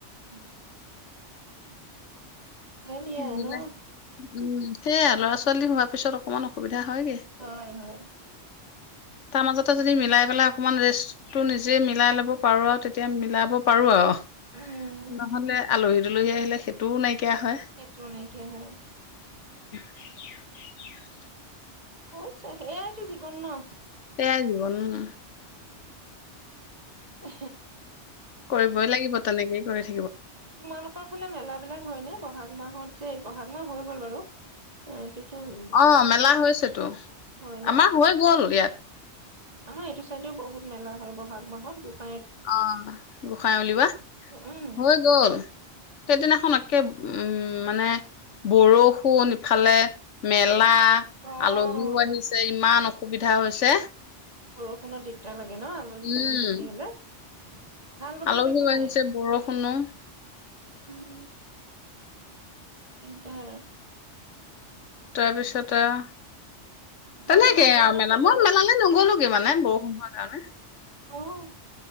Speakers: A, on the right (about 35°); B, on the left (about 80°).
A: অ ভনিয়
B: মিলাই
A: নো
B: উম সেয়া ল'ৰা হোৱাৰ পিছ অণ অসুবিধা হয়গে
A: হয় হয়
B: তাৰ মাজতে যদি মিলাই পেলাই অকমান ৰেষ্টটো নিজে মিলাই লব পাৰো আৰু তেতিয়া মিলাব পাৰো আৰু
A: উম,
B: নহলে আলহী জুলহী আহিলে সেইটোও নাইকিয়া হয়
A: সেত্ৰ নাইকিয়া হয়
B: <inaudible>
A: হৈছ সেয়াইতো জীৱন ন
B: সেয়াই জীৱ ন
A: উ
B: কৰিবই লাগিব তেনেকেই কৰিছে
A: তোমালোকৰ ফালে মেলা বিলাক হয় ন বহাগ মাহত যে বহাগ মাহ হৈ গ'ল বাৰু এইটোতো
B: অ
A: শেষ
B: মেলা হৈছেতো
A: হয় ন।
B: আমাৰ হৈ গ'ল ইয়াত
A: আমাৰ এইটো চাইডেও বহুত মেলা হয় বহাগ মাহত বত
B: অ গোঁসাই উলিবা
A: উম,
B: হৈ গল সেইদিনাখন আ উম মানে বৰষুণ নি ইফালে ম লা,
A: অ'।
B: আলহীও আহিছে ইমান- সুবিধা হৈছে
A: বৰষুণো দিগদাৰ লাগে লে ন আলহী
B: উম,
A: চালহী বেছি হলে ভাল বতৰত
B: আলহীও
A: একো
B: আহিছে
A: নাই।
B: বৰষুণো
A: উম, ইন্টাৰ
B: তাৰপিছতে আও
A: তোমালোকৰ
B: তেনেকে
A: মাইনা
B: আও
A: এইবাৰ
B: মেলা
A: ছেভেনত
B: মই মেলালে নগলোগে মানে বৰষুণ হোৱাৰ কাৰণে
A: অ'